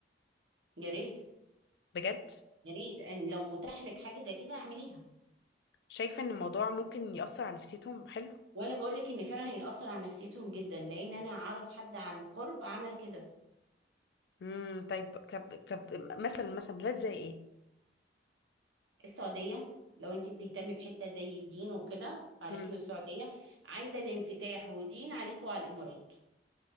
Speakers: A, on the right (about 85°); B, on the left (about 60°).
A: يا ريت
B: بجد
A: يا ريت ان لو متاح لك حاجه زي كده اعمليها
B: شايفة ان الموضوع ممكن يأثر على نفسيتهم حلو
A: وانا بقول لك ان فعلا هيأثر على نفسيتهم جدا لان انا اعرف حد عن قرب عمل كده
B: امم طيب كب كب مثلا مثلا بلاد زي ايه
A: السعودية لو انت بتهتمي بحتة زي الدين وكده عليكي
B: امم
A: والسعودية عايزة الانفتاح ودين عليكي وعلى الإمارات